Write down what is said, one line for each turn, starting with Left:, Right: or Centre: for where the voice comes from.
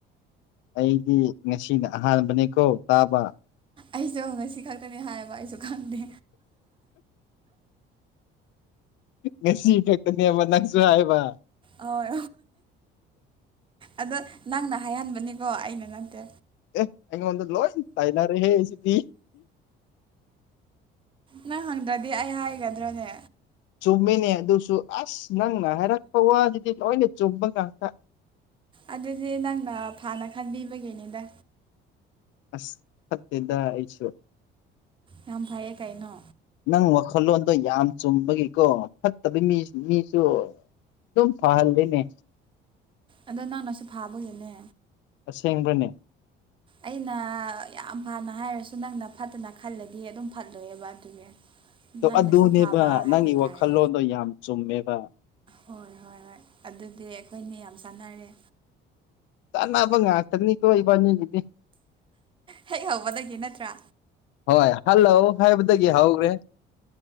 Left: ꯑꯩꯗꯤ ꯉꯁꯤꯅ ꯑꯍꯥꯟꯕꯅꯦꯀꯣ ꯇꯥꯕ
Right: ꯑꯩꯁꯨ ꯉꯁꯤ ꯈꯛꯇꯅꯤ ꯍꯥꯏꯌꯦꯕ ꯑꯩꯁꯨ ꯈꯪꯗꯦ
Left: ꯉꯁꯤ ꯈꯛꯇꯅꯦ ꯑꯃ ꯅꯪꯁꯨ ꯍꯥꯏꯕ
Right: ꯍꯣꯏ ꯑꯗꯣ ꯅꯪꯅ ꯍꯥꯏꯍꯟꯕꯅꯤꯀꯣ ꯑꯩꯅ ꯅꯠꯇꯦ
Left: ꯑꯦ ꯑꯩꯗ ꯂꯣꯟ ꯇꯥꯏꯩꯅꯔꯦ ꯍꯦ ꯁꯤ ꯄꯤ
Right: ꯅꯪ ꯍꯪꯗ꯭ꯔꯗꯤ ꯑꯩ ꯍꯥꯏꯒꯗ꯭ꯔꯅꯦ
Left: ꯆꯨꯝꯃꯤꯅꯦ ꯑꯗꯨꯁꯨ ꯑꯁ ꯅꯪꯅ ꯍꯥꯏꯔꯛꯄ ꯋꯥꯗꯨꯗꯤ ꯂꯣꯏꯅ ꯆꯨꯝꯕ ꯉꯥꯛꯇ
Right: ꯑꯗꯨꯗꯤ ꯅꯪꯅ ꯐꯥꯅ ꯈꯟꯕꯤꯕꯒꯤꯅꯤꯗ
Left: ꯑꯁ ꯐꯠꯇꯦꯗꯁꯨꯣ
Right: ꯌꯥꯝ ꯐꯩꯌꯦ ꯀꯥꯏꯩꯅꯣ
Left: ꯅꯪ ꯋꯥꯈꯜꯂꯣꯟꯗꯣ ꯌꯥꯝ ꯆꯨꯝꯕꯒꯤꯀꯣ ꯐꯠꯇꯕ ꯃꯤ ꯃꯤꯁꯨ ꯑꯗꯨꯝ ꯐꯍꯜꯗꯅꯦ
Right: ꯑꯗꯣ ꯅꯪꯅ ꯁꯤ ꯐꯥꯕꯒꯤꯅꯦ
Left: ꯑꯁꯦꯡꯕꯅꯦ
Right: ꯑꯩꯅ ꯌꯥꯝ ꯐꯥꯅ ꯍꯥꯏꯔꯁꯨ ꯅꯪꯅ ꯐꯠꯇꯅ ꯈꯜꯂꯗꯤ ꯑꯗꯨꯝ ꯐꯠꯂꯣꯏꯑꯕ ꯑꯗꯨꯒꯤ
Left: ꯣ
Right: ꯅꯪꯅꯁꯨ
Left: ꯑꯗꯨꯅꯦꯕ
Right: ꯐꯕ ꯍꯥꯏꯕ
Left: ꯅꯪꯒꯤ
Right: ꯇꯥꯔꯦ
Left: ꯋꯥꯈꯜꯂꯣꯟꯗꯣ ꯌꯥꯝ ꯆꯨꯝꯃꯦꯕ
Right: ꯍꯣꯏ ꯍꯣꯏ ꯍꯣꯏ ꯑꯗꯨꯗꯤ ꯑꯩꯈꯣꯏꯅ ꯌꯥꯝ ꯆꯥꯟꯅꯔꯦ
Left: ꯀꯥꯅꯕ ꯉꯥꯛꯇꯅꯤ ꯀꯣ ꯏꯕꯅꯤꯅꯤꯅꯤ
Right: ꯍꯦꯛ ꯍꯧꯕꯗꯒꯤ ꯅꯠꯇ꯭ꯔꯥ
Left: ꯍꯣꯏ ꯍꯜꯂꯣ ꯍꯥꯏꯥꯏꯕꯗꯒꯤ ꯍꯧꯈ꯭ꯔꯦ